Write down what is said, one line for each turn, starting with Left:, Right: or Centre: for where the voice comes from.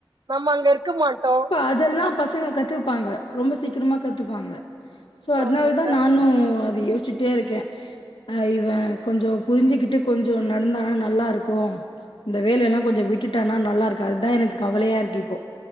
Right: நம்ம அங்க இருக்க மாட்டோ
Left: அதெல்லா பசங்க கத்துப்பாங்க ரொம்ப சீக்கிரமா கத்துப்பாங்க சோ அதனாலதா
Right: ஆமா கரெக்ட்
Left: நானு அது யோசிச்சுட்டே இருக்கே அ இவன் கொஞ்சோ புரிஞ்சுக்கிட்டு கொஞ்சோ நடந்தானா நல்லா இருக்கு இந்த வேல எல்லா கொஞ்சோ விட்டுட்டானா நல்லா இருக்கு அதுதா எனக்கு கவலையா இருக்கு இப்போ